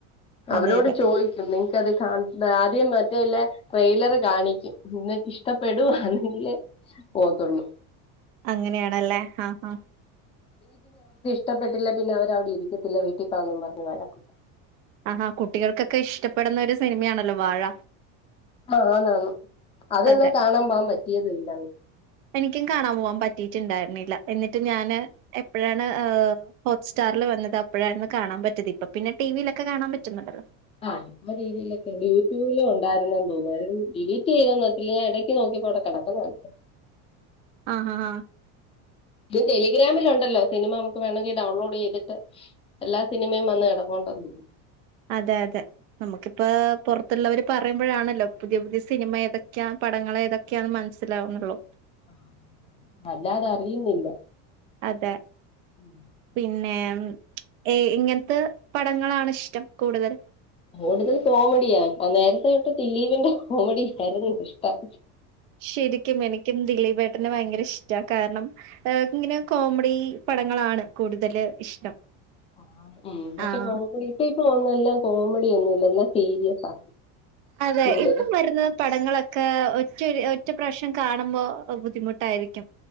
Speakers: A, on the left; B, on the right.
A: അവരോട്
B: അതെ അതെ
A: ചോദിക്ക് <unintelligible> ടെയിലറ് കാണിക്കും എന്നിട്ട് ഇഷ്ടപ്പെടുവാണെങ്കിലേ പോത്തുള്ളൂ
B: അങ്ങനെയാണല്ലേ ആഹ് ആഹ്
A: ഇഷ്ടപ്പെട്ടില്ലെ പിന്നെ അവരവിടെ ഇരിക്കത്തില്ല വീട്ടിൽ പോകാന്ന് പറഞ്ഞു വഴക്ക്
B: ആഹാ കുട്ടികൾക്കൊക്കെ ഇഷ്ടപ്പെടുന്ന ഒരു സിനിമയാണല്ലോ വാഴ
A: ആഹ് ആന്ന് ആന്ന് അതന്നെ
B: അതെ
A: കാണാൻ പോകാൻ പറ്റിയതും ഇല്ലന്ന്
B: എനിക്കും കാണാൻ പോകാൻ പറ്റിട്ടുണ്ടായിരുന്നില്ല എന്നിട്ട് ഞാൻ എപ്പോഴാണ് ഹോട്ട്സ്റ്റാർ വന്നത് അപ്പോഴാരുന്നു കാണാൻ പറ്റീത് ഇപ്പൊ പിന്നെ ടിവിയിലൊക്കെ കാണാൻ പറ്റുന്നുണ്ടല്ലോ
A: ആ ആഹ് രീതിയിലൊക്ക യൂടൂബിലും ഉണ്ടായിരുന്നു എന്ന് തോന്നുന്നു അത് ഡിലീറ്റ് ചെയ്തോന്ന് അറിയത്തില്ല ഞാൻ ഇടയ്ക്ക് നോക്കിപ്പോവിടെ കിടക്കുന്ന കണ്ടു
B: ആഹ് ഹാ ഹാ
A: ഇത് ടെലിഗ്രാമിലൊണ്ടല്ലോ സിനിമ നമുക്ക് വേണമെങ്കിൽ ഡൗൺലോഡ് ചെയ്തിട്ട് എല്ലാ സിനിമയും വന്ന് കിടപ്പുണ്ടെന്നു തോന്നുന്നു
B: അതെ അതെ നമുക്കിപ്പൊ പുറ ത്തുള്ളവര് പറയുമ്പോഴാണല്ലോ പുതിയ പുതിയ സിനിമ ഏതൊക്കെയാണ് പടങ്ങള് ഏതൊക്കെയാണെന്ന് മനസ്സിലാവുന്നുള്ളു
A: ആഹ് അല്ലാതെ അറിയുന്നില്ല
B: അതെ
A: ഉം
B: പിന്നെ എങ്ങനത്തെ പടങ്ങളാണ് ഇഷ്ടം കൂടുതൽ
A: കൂടുതൽ കോമഡിയാ അ നേരത്തെയൊക്കെ ദിലീപിന്റെ കോമഡിയായിരുന്നു ഇഷ്ടം
B: ശെരിക്കും എനിക്കും ദിലീപേട്ടനെ ഭയങ്കര ഇഷ്ടാ കാരണം ഏഹ് ഇങ്ങനെ കോമഡി പടങ്ങളാണ് കൂടുതൽ ഇഷ്ടം
A: ആഹ് ഉം പക്ഷെ
B: ആഹ്
A: കോമഡി ഇപ്പൊ ഇപ്പൊ വന്ന് എല്ലാം കോമഡിയൊന്നൂല്ല എല്ലാം സീരിയസാ
B: അതെ
A: കൂടുതൽ
B: ഇപ്പം വരുന്നത് പടങ്ങളൊക്കെ ഒറ്റൊരു ഒറ്റ പ്രാവിശ്യം കാണുമ്പോൾ ബുദ്ധിമുട്ടായിരിക്കും